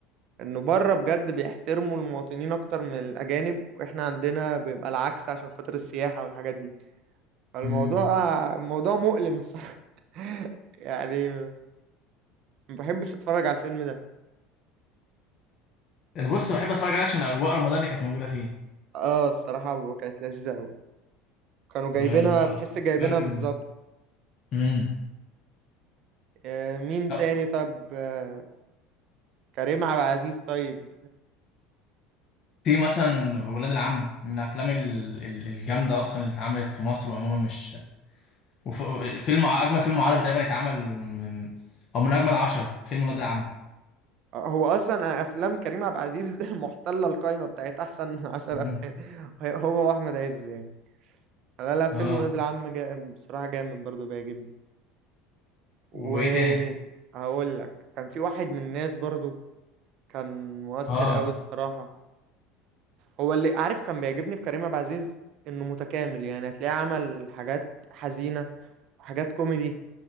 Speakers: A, on the right; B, on the left.
A: انه بره بجد بيحترموا المواطنين اكتر من الاجانب واحنا عندنا بيبقى العكس عشان خاطر السياحة والحاجات دي فالموضوع
B: <laughs> امم
A: الموضوع مؤلم الصراحة <laughs> يعني ما بحبش اتفرج على الفيلم ده
B: انا بص بحب اتفرج عليه عشان اجواء رمضان اللي كانت موجوده فيه
A: اه الصراحة كانت لذيذة اوي كانوا جايبينها
B: ب- بتفكرني
A: تحس جايبينها بالظبط
B: بال امم
A: آه، مين
B: لا
A: تاني طب آه، كريم عبد العزيز طيب
B: في مثلا ولاد العم من الافلام ال- ال- الجامده اصلا اللي اتعملت في مصر وعموما مش وف... فيلم ع- اجمل فيلم عربي تقريبا اتعمل من او من اجمل عشرة فيلم ولاد العم
A: آه، هو اصلا افلام كريم عبد العزيز <laughs> محتله القايمه بتاعت احسن <laughs> عشر
B: مم.
A: افلام هو واحمد عز يعني لا لا فيلم
B: اه
A: ولاد العم جا... بصراحه جامد برضه بيعجبني وهقول
B: وايه تاني
A: لك كان في واحد من الناس برضه كان مؤثر
B: اه
A: قوي الصراحه هو اللي عارف كان بيعجبني في كريم عبد العزيز انه متكامل يعني هتلاقيه عمل حاجات حزينه وحاجات كوميدي